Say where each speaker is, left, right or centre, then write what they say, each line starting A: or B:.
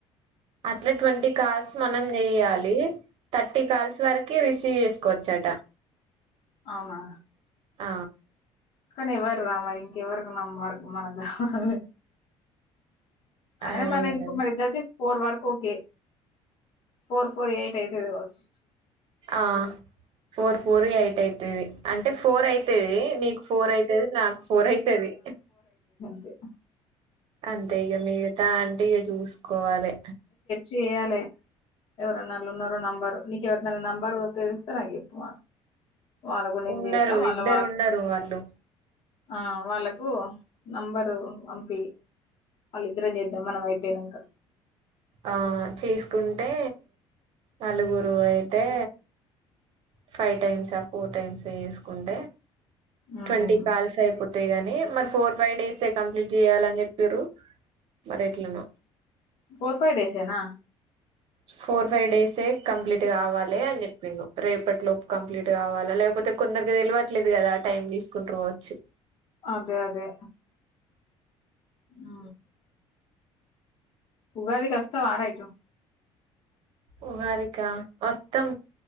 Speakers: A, on the right (about 55°); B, on the left (about 45°).
A: అట్లా ట్వంటీ కాల్స్ మనం చేయాలి థర్టీ కాల్స్ వరకు రిసీవ్ చేసుకోవచ్చ అం ట
B: అవునా
A: ఆ
B: కాని ఎవరు రా మరి ఇంకెవరు నెంబర్ మనకు కావాలి అయిన
A: అదే
B: మనది ఇప్పుడు మరి ఇద్దరిది ఫోర్ వరకు ఓకే ఫోర్ ఫోర్ ఎయిట్ అయితది కావచ్చు
A: ఆ ఫోర్ ఫోర్ ఎయిట్ అయితది అంటే ఫోర్ అయితది నీకు ఫోర్ అయితది నాకు ఫోర్ అయితది
B: అ <unintelligible>
A: అంతే ఇక మిగతా అంటే ఇక చూసుకోవాలి
B: చెయ్యాలె ఎవరనా వెళ్లి ఉన్నరో నంబరు నీకెవరిదైనా నెంబరు తెలిస్తే నాకు చెప్పు ఉమా వాళ్ళకు నేను
A: ఉన్నరు
B: చేస్తా వాళ్ళ
A: ఇద్దరు
B: వాళ్ళ
A: ఉన్నరు వాళ్ళు
B: ఆ వాళ్ళకు నంబరు పంపి వాళ్ళిద్దరం చేద్దాం మనం అయిపోయినాంక
A: ఆ చేసుకుంటే నలుగురు అయితే ఫైవ్ టైమ్సా ఫోర్ టైమ్స్ చేసుకుంటే
B: మ్మ్
A: ట్వంటీ కాల్స్ అయిపోతయి అ గాని మరి ఫోర్ ఫైవ్ డేస్ే కంప్లీట్ చేయాలని చెప్పిరు మరి ఎట్లనో
B: ఫోర్ ఫైవ్ డేసే నా
A: ఫోర్ ఫైవ్ డేసే కంప్లీట్ కావాలి అని చెప్పిండు రేపటి లోపు కంప్లీట్ కావాలి లేకపోతే అయితే కొందరికి తెలివట్లేదు కదా ఆ టైమ్ తీసుకుంటరు కావచ్చు
B: అదే అదే ఆ ఉగాదికి వాస్తవారా ఇటు
A: ఉగాదికా వస్తం